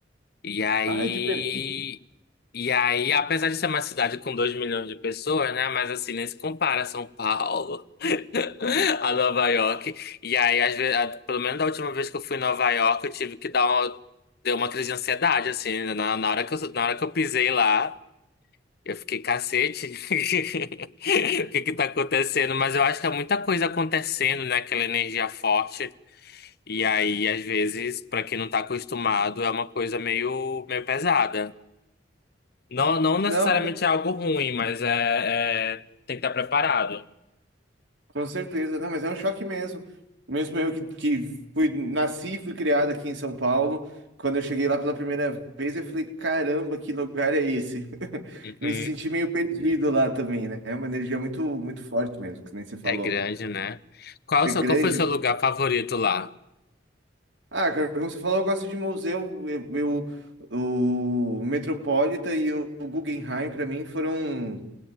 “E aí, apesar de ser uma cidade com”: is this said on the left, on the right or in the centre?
Left